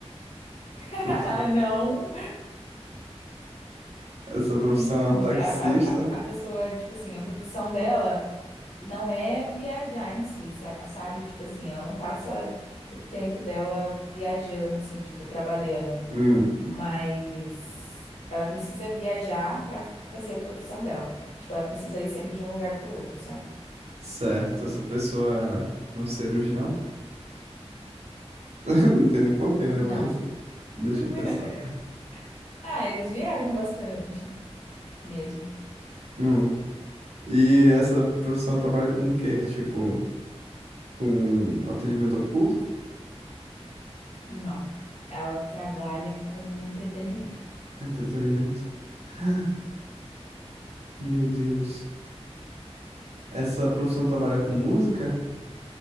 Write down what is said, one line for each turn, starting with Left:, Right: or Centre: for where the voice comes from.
Left: <laughs>
Right: Profi-
Left: Não.
Right: Essa profissão
Left: Hum,
Right: é
Left: hum.
Right: um taxista.
Left: É, A, a, a pessoa, tipo assim, a profissão dela não é viajar em si, sa- sabe? Tipo assim, ela não passa o tempo dela viajando, assim, tipo, trabalhando.
Right: Hum,
Left: mas ela precisa viajar para fazer a profissão dela. Tipo, ela precisa ir sempre de um lugar para o outro, sabe?
Right: certo. Essa pessoa é um cirurgião. <laughs> Não tem nem porquê,
Left: Não.
Right: né? Mas deixa
Left: <laughs>
Right: eu pensar.
Left: Ah, eles viajam bastante mesmo.
Right: Hum. E essa profissão trabalha com o quê? Tipo, com atendimento ao público?
Left: Não. Ela trabalha com entretenimento.
Right: Entretenimento? <gasps> Meu Deus. Essa profissão trabalha com música?